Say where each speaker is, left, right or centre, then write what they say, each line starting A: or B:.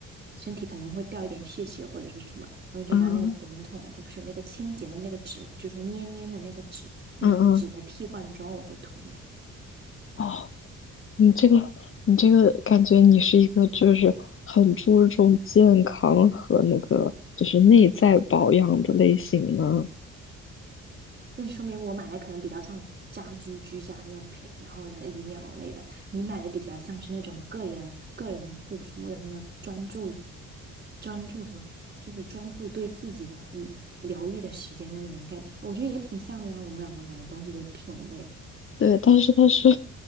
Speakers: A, on the right; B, on the left.
A: 身体肯定会掉一点屑屑或者是什么，然后你就拿那个滚筒，
B: 嗯
A: 它不是有那个清洁的那个纸，就是说捏捏的那个纸，那个纸的替换装，
B: 嗯嗯，
A: 我会囤它。
B: 哦，你这个你这个感觉你是一个就是很注重健康和那个就是内在保养的类型呢。
A: 那就说明我买的可能比较像家居居家用品，然后呢营养类的，你买的比较像是那种个人个人护肤，然后呢专注专注什么，就是专注对自己来嗯疗愈的时间的那种感觉，我觉得也挺像的呀，我们两个买的东西的品类。
B: 对，但是但是